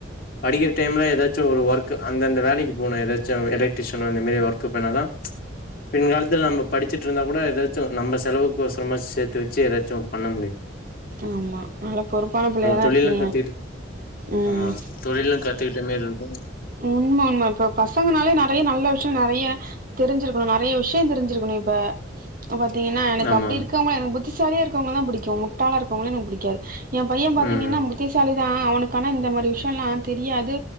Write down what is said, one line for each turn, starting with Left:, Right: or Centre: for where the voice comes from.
Left: படிக்கிற டைம்ல ஏதாச்சு ஒரு ஒர்க் அந்தந்த வேலைக்கு போனு ஏதாச்சு எலக்ட்ரிஷியன் அந்த மாரி ஒர்க் போனாதா பெண்கள் இதுல நம்ம படிச்சுட்ருந்தா கூட ஏதாச்சு நம் செலவுக்கொசரமா சேத்து வச்சு ஏதாச்சு பண்ண முடியு
Right: ஆமா நல்லா பொறுப்பான புள்ளயாதா
Left: தொழிலும்
Right: இருக்கீங்க
Left: கத்துக்கிட்டு
Right: ம்
Left: ஆமா தொழிலு கத்துக்கிட்ட மேர்ருக்கு
Right: உண்ம உண்ம இப்ப பசங்கனாலே நெறைய நல்ல விஷ்யோ நெறைய தெரிஞ்சிருக்கணு நெறைய விஷ்யோ தெரிஞ்சிருக்கணு இப்ப பாத்தீங்கன்னா எனக்கு
Left: ஆமா
Right: அப்டி
Left: ஆமா
Right: இருக்கவங்கள எனக்கு புத்திசாலியா இருக்கவங்கள தா புடிக்கு முட்டாளா இருக்கவங்கள எனக்கு புடிக்காது எ பையே பாத்தீங்கன்னா
Left: ம்
Right: புத்திசாலி தா அவனுக்கு ஆனா இந்த மாரி விஷ்யோல்லா தெரியாது